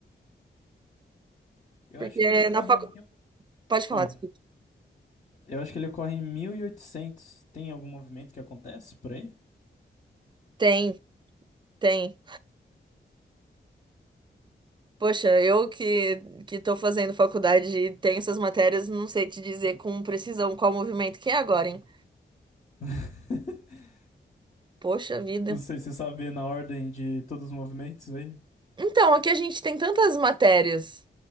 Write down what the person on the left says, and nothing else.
Eu
acho que ele ocorre
em mil...
Oi.
Eu acho que ele ocorre em 1800. Tem algum movimento que acontece por aí?
<laughs>
Não sei se você sabe na ordem de todos os movimentos aí.